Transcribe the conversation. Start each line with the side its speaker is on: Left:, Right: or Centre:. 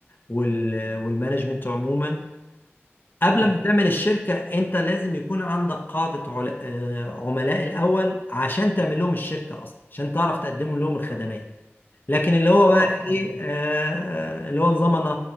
Left: وال... والمانجمنت عموما قبل
Right: امم
Left: ما تعمل الشركة انت لازم يكون عندك قاعدة عل... آه، عملاء الاول عشان تعمل لهم الشركة اصلا عشان تعرف تقدم لهم الخدمات لكن اللي هو
Right: اه
Left: بقى
Right: آه.
Left: ايه آه اللي هو نظام انا